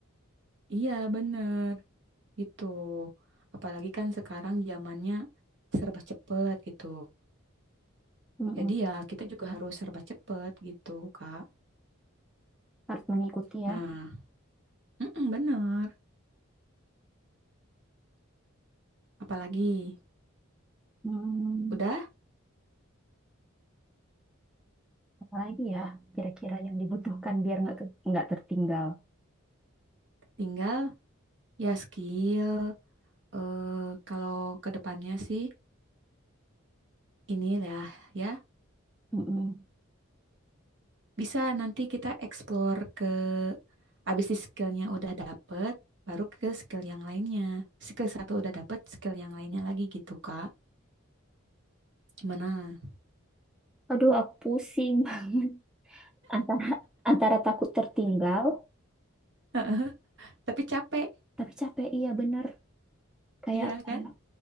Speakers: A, on the right; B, in the centre.
A: iya bener gitu apalagi kan sekarang zamannya serba cepet gitu
B: Mm-mm.
A: jadi ya kita juga harus serba cepet gitu Kak
B: Harus mengikuti
A: nah
B: ya.
A: mm-mm, bener apalagi
B: Hmm,
A: udah
B: apalagi ya kira-kira yang dibutuhkan biar nggak ke- nggak tertinggal.
A: tinggal ya skill eh, kalau kedepannya sih ini lah ya
B: Mm-mm.
A: Bisa nanti kita explore ke abis di skillnya udah dapet, baru ke skill yang lainnya. Skill satu udah dapet, skill yang lainnya lagi gitu, Kak. Gimana?
B: Aduh, aku pusing <laughs> banget antara antara takut tertinggal,
A: <laughs> Tapi capek,
B: tapi capek. Iya bener. kayak
A: iya
B: kayak
A: kan?